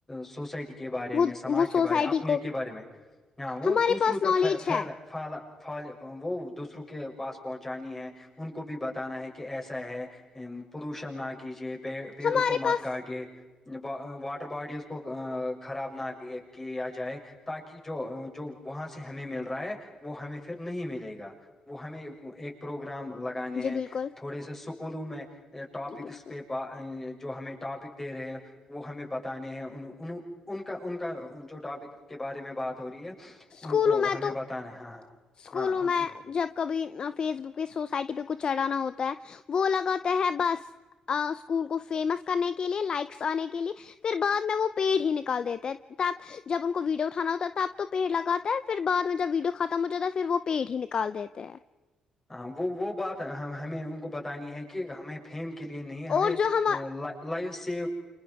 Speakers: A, on the left (about 15°); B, on the left (about 40°).
A: سوسائٹی کے بارے
B: وہ
A: میں سماج
B: وہ
A: کے
B: سوسائٹی
A: بارے میں اپنے
B: کو
A: کے بارے میں ہاں وہ
B: ہمارے
A: دوسروں
B: پاس
A: تک
B: نالج
A: پھیلا
B: ہے
A: فالال وہ دوسروں کے پاس پہنچانی ہے ان کو بھی بتانا ہے کہ کہ ایسا ہے پردوشن نہ کیجے پیڑوں
B: ہمارے
A: کو مت
B: پاس
A: کاٹے واٹر باڈیز کو خراب نہ کییا جائے تاکہ جو جو وہاں سے ہمیں مل رہا ہے وہ ہمیں پھر نہیں ملے گا وہ ہمیں ایک پروگرام لگانے
B: جی
A: ہیں
B: بالکل
A: تھوڑے سے اسکولوں میں ٹاپکس
B: جی بالکل
A: پہ جو ہمیں ٹاپک دے رہے وہ ہمیں بتانے ہیں ان کا ان کا جو ٹاپک کے بارے میں بات ہو رہی ہے
B: اسکولوں
A: ان کو
B: میں
A: ہمیں
B: تو
A: بتانا ہاں
B: اسکولوں
A: ہاں ہاں
B: میں جب کبھی فیس بک پ سوسائٹی پہ کچھ چڑھانا ہوتا ہے وہ لگاتے ہے بس اسکول کو فیمس کرنے کے لیے لائکس آنے کے لیے پھر بعد میں وہ پیڑ ہی نکال دیتے تب جب ان کو ویڈیو اٹانا ہوتا ہے تب تو پیڑ لگاتا ہے پھر بع میں جب ویڈیو ختم ہو جاتا ہے پھر وہ پیٹ ہی نکال دیتے ہے
A: ہ وہ وہ بات ہمیں ان کو بتانی ہے کہ ہمیں فیم کے لیے نہیں ہمیں
B: اور جو ہم
A: لائف سیو